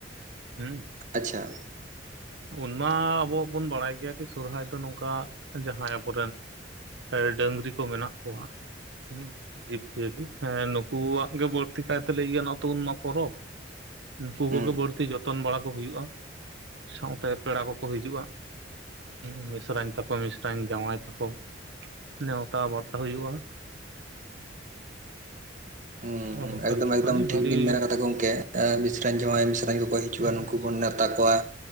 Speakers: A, on the right; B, on the right.
A: ᱦᱩᱸ᱾
B: ᱟᱪᱪᱷᱟ᱾
A: ᱩᱱᱢᱟ ᱟᱵᱚᱣᱟᱜ ᱵᱚᱱ ᱵᱟᱲᱟᱭ ᱜᱮᱭᱟ ᱠᱤ ᱥᱚᱨᱦᱟᱭ ᱫᱚ ᱱᱚᱝᱠᱟ ᱡᱟᱦᱟᱸᱭ ᱟᱵᱚᱨᱮᱱ ᱥᱮ ᱰᱟᱹᱝᱨᱤ ᱠᱚ ᱢᱮᱱᱟᱜ ᱠᱚᱣᱟ᱾ ᱦᱩᱸ ᱡᱤᱵᱽ ᱡᱤᱭᱟᱹᱞᱤ, ᱦᱮᱸ ᱱᱩᱠᱩᱣᱟᱜ ᱜᱮ ᱵᱟᱹᱲᱛᱤ ᱠᱟᱭᱛᱮ᱾ ᱞᱟᱹᱭ ᱜᱟᱱᱚ-ᱟ ᱛᱚ ᱩᱱ ᱢᱟ ᱯᱚᱨᱚᱵᱽ, ᱱᱩᱠᱩ
B: ᱦᱩᱸ
A: ᱠᱚᱜᱮ ᱵᱟᱹᱲᱛᱤ ᱡᱚᱛᱚᱱ ᱵᱟᱲᱟ ᱠᱚ ᱦᱩᱭᱩᱜ-ᱟ᱾ ᱥᱟᱶᱛᱮ ᱯᱮᱲᱟ ᱠᱚᱠᱚ ᱦᱤᱡᱩᱜ-ᱟ᱾ ᱦᱩᱸ, ᱢᱤᱥᱨᱟᱧ ᱛᱟᱠᱚ, ᱢᱤᱥᱨᱟᱧ ᱡᱟᱶᱟᱭ ᱛᱟᱠᱚ᱾ ᱱᱮᱣᱛᱟ ᱵᱟᱨᱛᱮ ᱦᱩᱭᱩᱜ-ᱟ᱾
B: <inaudible>
A: ᱱᱚᱜ-ᱚ ᱱᱚᱝᱠᱟ᱾
B: ᱮᱠᱫᱚᱢ ᱮᱠᱫᱚᱢ
A: ᱟᱹᱰᱤ
B: ᱴᱷᱤᱠ
A: ᱵᱷᱟᱹᱨᱤ
B: ᱵᱤᱱ ᱢᱮᱱ ᱠᱟᱫᱟ ᱜᱚᱝᱠᱮ᱾ ᱮᱸ ᱢᱤᱥᱨᱟᱧ ᱡᱟᱶᱟᱭ ᱢᱤᱥᱨᱟᱧ ᱠᱚᱠᱚ ᱦᱤᱡᱩᱜ-ᱟ ᱱᱩᱠᱩ ᱵᱚᱱ ᱱᱮᱣᱛᱟ ᱠᱚᱣᱟ